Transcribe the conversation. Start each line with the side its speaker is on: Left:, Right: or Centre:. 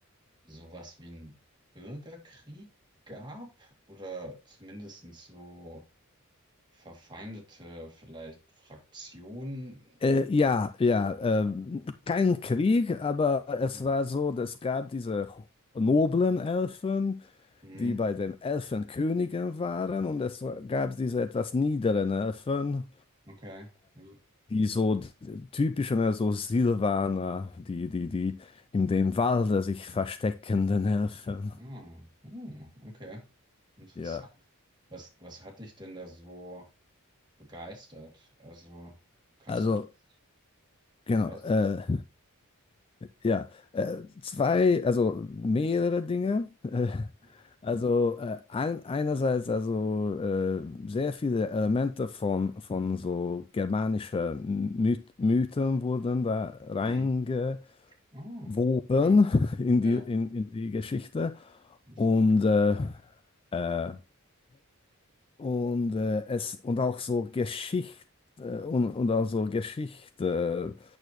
Right: sowas wie einen Bürgerkrieg gab oder zumindest so verfeindete vielleicht Fraktionen
Left: äh, ja, ja, ähm, kein Krieg, aber es
Right: Hm.
Left: war so, es gab diese noblen Elfen,
Right: Hm.
Left: die bei den Elfenkönigen waren, und es gab diese etwas niederen Elfen,
Right: Okay. Ja.
Left: die so typischen, ne, so Silvaner, die, die, die in dem Walde sich versteckenden Elfen.
Right: Ah, hm, okay. Interessant.
Left: Ja,
Right: Was, was hat dich denn da so begeistert? Also, kannst
Left: also
Right: du das
Left: genau,
Right: fest?
Left: äh, ja, äh, zwei, also mehrere Dinge. <laughs> Äh,
Right: Hm.
Left: also äh, ein, einerseits also äh, sehr viele Elemente von, von so germanischen Myth Mythen wurden da reinge
Right: Hm. Oh,
Left: woben
Right: okay.
Left: in
Right: Ja,
Left: die, in, in die Geschichte
Right: wusste
Left: und,
Right: ich gar nicht.
Left: äh, äh, und, äh, es, und auch so Geschichte äh, und, und auch so Geschichte